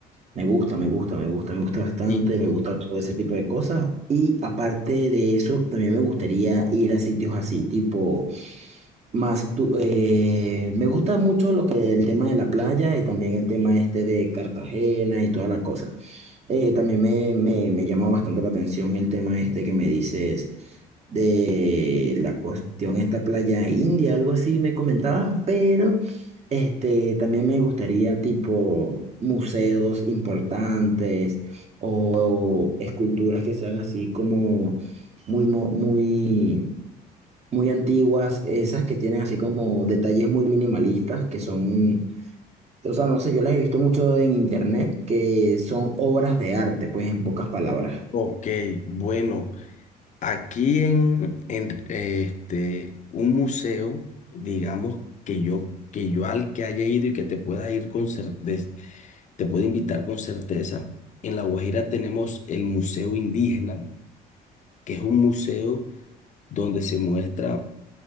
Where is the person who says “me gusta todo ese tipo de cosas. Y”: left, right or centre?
Right